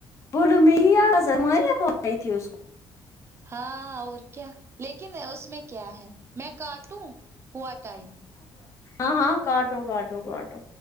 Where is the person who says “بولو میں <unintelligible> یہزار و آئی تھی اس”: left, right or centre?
Left